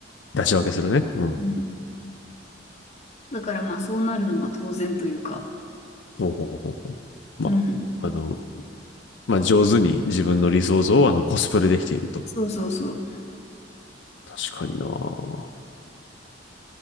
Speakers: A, on the left; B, on the left.
A: 出し分けするね。うん。
B: うん。だからまあそうなるのが当然というか。
A: おうほうほうほうま
B: うん。
A: あ、あの、まあ、上手に自分の理想像をあのコスプレできていると。
B: そうそうそう。
A: 確かにな